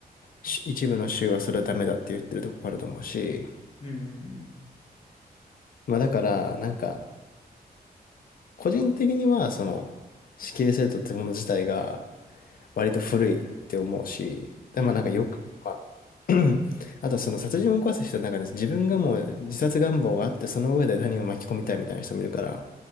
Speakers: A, on the left; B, on the left.
A: し一部の州はそれはダメだって言ってるとこもあると思うし、
B: うんうん。うんうんうん。
A: まあだから、なんか、個人的には、その、死刑制度ってもの自体が、割と古いって思うし、で、
B: うんう
A: まあなんかよく、まあ <clears throat> あとはその殺人を犯す人の中に自分がもう自殺願望があってその上で他人を巻き込みたいみたいな人もいるから、